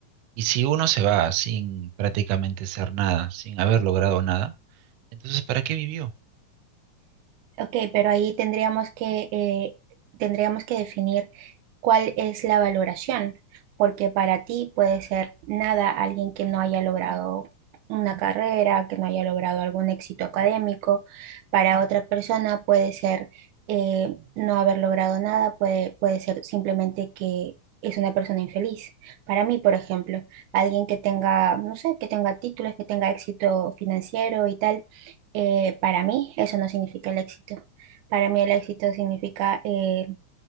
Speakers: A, on the right; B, on the right.
A: Y si uno se va sin prácticamente ser nada, sin haber logrado nada, entonces ¿para qué vivió?
B: Ok, pero ahí tendríamos que, eh, tendríamos que definir cuál es la valoración, porque para ti puede ser nada alguien que no haya logrado una carrera, que no haya logrado algún éxito académico, para otra persona puede ser eh, no haber logrado nada, puede, puede ser simplemente que es una persona infeliz. Para mí, por ejemplo, alguien que tenga, no sé, que tenga títulos, que tenga éxito financiero y tal eh, para mí eso no significa el éxito. Para mí el éxito significa eh,